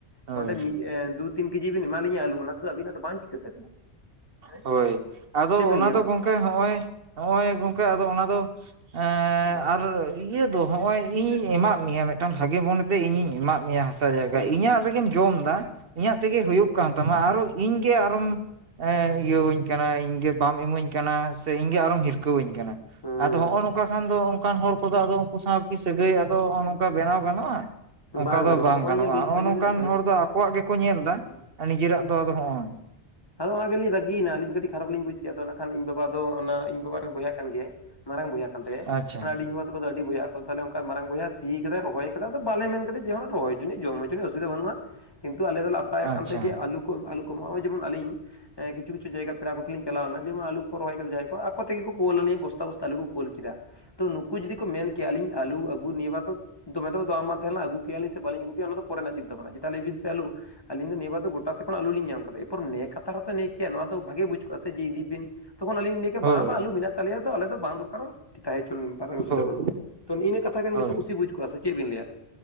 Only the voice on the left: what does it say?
ᱱᱚᱰᱮ ᱢᱤᱫ ᱮ ᱫᱩ ᱛᱤᱱ ᱠᱮᱡᱤ ᱵᱮᱱ ᱮᱢᱟ ᱞᱤᱧᱟᱹ ᱟᱹᱞᱩ ᱚᱱᱟ ᱛᱮᱫᱚ ᱟᱹᱵᱤᱱᱟᱜ ᱫᱚ ᱵᱟᱝ ᱪᱤᱠᱟᱹᱜ ᱛᱟᱹᱵᱤᱱᱟ᱾ ᱦᱮᱸ
ᱪᱮᱫ
ᱵᱤᱱ ᱞᱟᱹᱭᱟ
ᱜᱚᱝᱠᱮ
ᱦᱩᱸ
ᱦᱩᱸ
ᱦᱩᱸ
ᱦᱩᱸ
ᱟᱫᱚ ᱱᱚᱜᱼᱚᱭ
ᱧᱮᱞ ᱵᱤᱱ ᱱᱚᱜᱼᱚᱭ
ᱡᱮ
ᱵᱚᱭᱦᱟᱜᱼᱟ
ᱦᱩᱸ
ᱟᱫᱚ ᱚᱱᱟ ᱜᱮᱞᱤᱧ ᱨᱟᱹᱜᱤᱭᱱᱟ, ᱟᱹᱞᱤᱧ ᱠᱟᱹᱴᱤᱡ ᱠᱷᱟᱨᱟᱯ ᱞᱤᱧ ᱵᱩᱡᱽ ᱪᱮᱫᱚ ᱱᱟᱠᱷᱟᱱ ᱤᱧ ᱵᱟᱵᱟ ᱫᱚ ᱚᱱᱟ ᱤᱧ ᱵᱟᱵᱟ ᱨᱮᱱ ᱵᱚᱭᱦᱟ ᱠᱟᱱ ᱜᱮᱭᱟᱭ᱾ ᱢᱟᱲᱟᱝ ᱵᱚᱭᱦᱟ ᱠᱟᱱ ᱛᱟᱭᱟᱭ,
ᱟᱰᱤᱧ ᱵᱟᱵᱟ ᱛᱟᱠᱚ ᱫᱚ ᱟᱹᱰᱤ ᱵᱚᱭᱦᱟ ᱠᱚ ᱛᱟᱦᱚᱞᱮ ᱚᱝᱠᱟ ᱢᱟᱨᱟᱝ ᱵᱚᱭᱦᱟ ᱥᱤ ᱠᱟᱫᱟ, ᱨᱚᱵᱚᱭ ᱠᱟᱫᱟ ᱟᱫᱚ ᱵᱟᱞᱮ ᱢᱮᱱ ᱠᱟᱫᱮ ᱪᱮᱜ ᱦᱚᱸ ᱨᱚᱦᱚᱭ ᱪᱚᱱᱤᱡ ᱡᱚᱢ ᱦᱚᱪᱚᱱᱤᱡ ᱚᱥᱩᱵᱤᱫᱟ ᱵᱟᱹᱱᱩᱜᱼᱟ᱾ ᱠᱤᱱᱛᱩ ᱟᱞᱮ ᱫᱚᱞᱮ ᱟᱥᱟᱭᱮᱜ
ᱠᱟᱱ ᱛᱟᱦᱮᱸ ᱡᱮ ᱟᱞᱩ ᱠᱚᱢ ᱟᱞᱩ ᱠᱚ ᱠᱟᱢ ᱚᱜᱼᱚᱭᱡᱮᱢᱚᱱ ᱟ ᱞᱤᱧ ᱮ ᱠᱤᱪᱷᱩ ᱠᱤᱪᱷᱩ ᱡᱟᱭᱜᱟ ᱯᱮᱲᱟ ᱠᱚᱷᱮᱱ ᱞᱤᱧ ᱪᱟᱞᱟᱣᱱᱟ ᱡᱮᱢᱚᱱ ᱟᱞᱩ ᱠᱚ ᱨᱚᱦᱚᱭ ᱠᱟᱫᱟ ᱡᱟᱭ ᱦᱳᱠ ᱟᱠᱩ ᱛᱮᱜᱮ ᱠᱚ ᱠᱳᱞ ᱟᱞᱤᱧᱟ ᱵᱚᱥᱛᱟ ᱵᱚᱥᱛᱟ ᱟᱩ ᱠᱚ ᱠᱳᱞ ᱠᱮᱫᱟ ᱛᱚ ᱱᱩᱠᱩ ᱡᱩᱫᱤ ᱠᱚ ᱢᱮᱱ ᱠᱮᱭᱟ ᱟᱹᱞᱤᱧ ᱟᱹᱞᱩ ᱟᱹᱜᱩ ᱱᱤᱭᱟᱹ ᱵᱟᱨ ᱫᱚ᱾ ᱫᱚᱢᱮ ᱫᱚ ᱫᱟᱢ ᱵᱟᱝ ᱛᱟᱸᱦᱮᱞᱮᱱᱟ ᱟᱹᱜᱩ ᱠᱮᱭᱟᱞᱤᱧ ᱥᱮ ᱵᱟᱞᱤᱧ ᱟᱹᱜᱩ ᱠᱮᱭᱟ ᱚᱱᱟᱫᱚ ᱯᱚᱨᱮᱱᱟᱜ ᱪᱤᱱᱛᱟᱹ ᱵᱷᱟᱵᱱᱟ ᱪᱮᱫᱟᱜ ᱞᱟᱹᱭ ᱵᱤᱱ ᱥᱮ ᱟᱞᱩ ᱾ ᱟᱹᱞᱤᱧ ᱫᱚ ᱱᱤᱭᱟᱹᱵᱟᱨ ᱫᱚ ᱜᱚᱴᱟ ᱥᱮᱫ ᱠᱷᱚᱱ ᱟᱞᱩ ᱞᱤᱧ ᱧᱟᱢ ᱠᱟᱫᱟ᱾ ᱱᱮ ᱠᱟᱛᱷᱟ ᱨᱮᱛᱚ ᱱᱮ ᱠᱮᱭᱟ ᱱᱚᱣᱟ ᱫᱚ ᱵᱷᱟᱜᱤ ᱵᱩᱡ ᱠᱚᱜᱼᱟ ᱥᱮ, ᱡᱮ ᱤᱫᱤ ᱵᱤᱱ ᱛᱚᱠᱷᱚᱱ ᱟᱹᱞᱤᱧ ᱞᱟᱹᱭ ᱵᱟ,
ᱵᱟ, ᱟᱞᱩ ᱢᱮᱱᱟᱜ ᱛᱟᱞᱮᱭᱟ ᱛᱚ, ᱟᱞᱮ ᱫᱚ ᱵᱟᱝ ᱫᱚᱨᱠᱟᱨᱚᱜ, ᱛᱟᱦᱮ ᱚᱪᱣᱟᱱ ᱚᱥᱩᱵᱤᱫᱷᱟ
ᱵᱟᱹᱱᱩᱜᱼᱟ᱾ ᱛᱚ ᱱᱤᱭᱟᱹ ᱠᱟᱛᱷᱟ ᱠᱟᱱ
ᱜᱮᱛᱚ, ᱠᱩᱥᱤ ᱵᱩᱡᱽ ᱠᱚᱜᱣᱟ ᱥᱮ ᱪᱮᱫ ᱵᱤᱱ ᱞᱟᱹᱭᱟ?